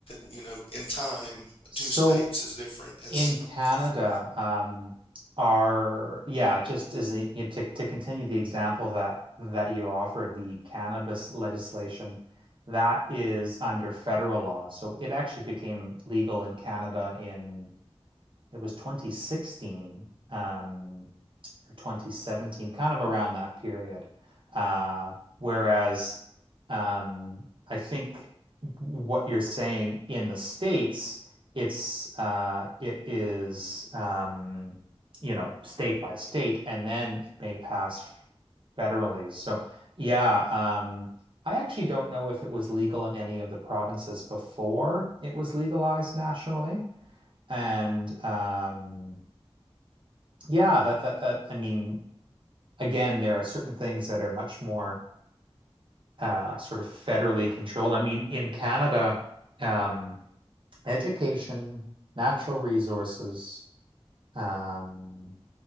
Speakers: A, on the left; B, on the right.
A: you know, in time,
B: So
A: two states as different as
B: in Canada,
A: California.
B: um, are yeah, just as the, you know, to to continue the example that that you offered, the cannabis legislation that is under federal law. So it actually became legal in Canada in it was 2016. Um, or 2017, kind of around that period. Uh, whereas um, I think what you're saying in the States, it's uh, it is um, you know state by state, and then it may pass federally. So yeah, um, I actually don't know if it was legal in any of the provinces before it was legalized nationally, and um, yeah, that that that I mean again, there are certain things that are much more uh, sort of federally controlled. I mean, in Canada, um, education, natural resources, um,